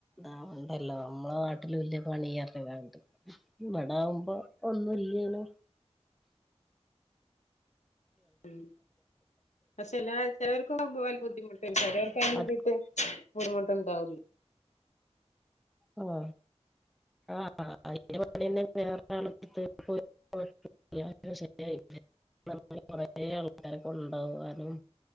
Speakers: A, in the centre; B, on the left.
A: പാവഹ് അല്ലോ നമ്മളെ
B: ഉം
A: നാട്ടിലുല്ലെ പണി അർ തെരാണ്ട് ഇവിടാവുമ്പ ഒന്നുല്ലേനു
B: ഉം പക്ഷെഎല്ലാ ചെലർക്കു പോവാൻ ബുദ്ധിമുട്ടും ചെലോർക്ക് അയിനു വേണ്ടിട്ട്
A: അത്
B: ബുർ ഇപ്പ ഇണ്ടാവുലെ
A: ആ ആ അയിന്റെ പണിയെന്നെ വേറെരാള് <unintelligible> ശെരിയായിട്ടില്ല. കൊറെ ആൾക്കാരെ കൊണ്ടോവാനും